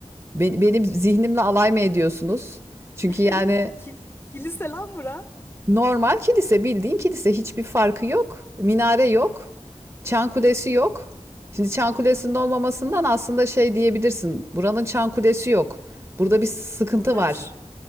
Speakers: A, on the right (about 25°); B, on the left (about 20°).
A: Be- Benim zihnimle alay mı ediyorsunuz? Çünkü
B: <laughs>
A: yani
B: Ki kilise lan bura.
A: Normal kilise bildiğin kilise hiçbir farkı yok. Minare yok. Çan kulesi yok. Şimdi çan kulesinin olmamasından aslında şey diyebilirsin. Buranın çan kulesi yok. Burada bir sıkıntı
B: Burada
A: var.
B: bir şey-